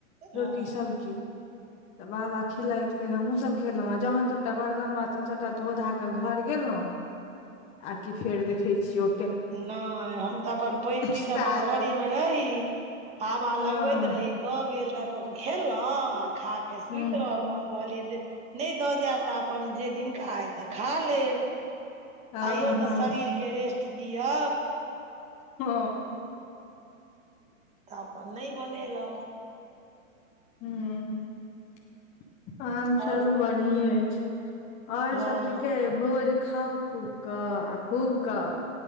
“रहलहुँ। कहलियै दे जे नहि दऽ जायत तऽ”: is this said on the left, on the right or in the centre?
Right